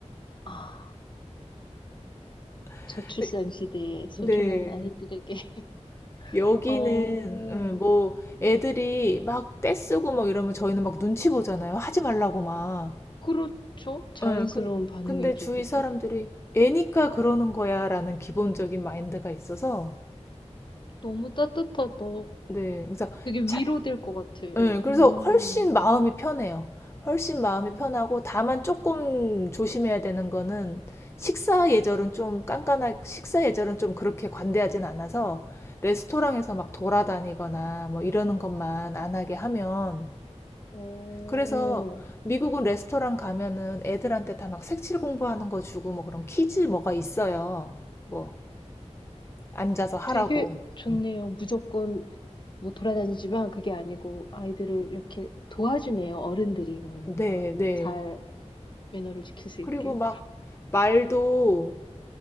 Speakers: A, on the left; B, on the left.
A: 아,
B: <laughs>
A: 저출산
B: 네.
A: 시대의 소중한
B: 네.
A: 아이들에게.
B: 여기는
A: <laughs> 어,
B: 예, 뭐 애들이 막 떼쓰고 막 이러면 저희는 막 눈치 보잖아요. 하지 말라고 막.
A: 그렇죠. 자연스러운
B: 예, 근,
A: 반응이죠,
B: 근데 주위
A: 그게.
B: 사람들이 애니까 그러는 거야라는 기본적인 마인드가 있어서
A: 너무 따뜻하다.
B: 네. 그래서
A: 되게 위로될
B: 차-
A: 것 같아요.
B: 예, 그래서
A: 음,
B: 훨씬 마음이 편해요. 훨씬 마음이
A: 아,
B: 편하고 다만 조금 조심해야 되는 거는 식사 예절은 좀 깐깐하, 식사 예절은 좀 그렇게 관대하진 않아서 레스토랑에서 막 돌아다니거나 뭐 이러는 것만 안 하게 하면
A: 오.
B: 그래서 미국은 레스토랑 가면은 애들한테 다 막 색칠 공부하는 거 주고 뭐 그런 퀴즈 뭐가 있어요. 뭐 앉아서 하라고.
A: 되게 좋네요.
B: 음.
A: 무조건 뭐 돌아다니지만 그게 아니고 아이들을 이렇게 도와주네요. 어른들이 그러니까
B: 네, 네.
A: 잘 매너를 지킬 수
B: 그리고
A: 있게.
B: 막 말도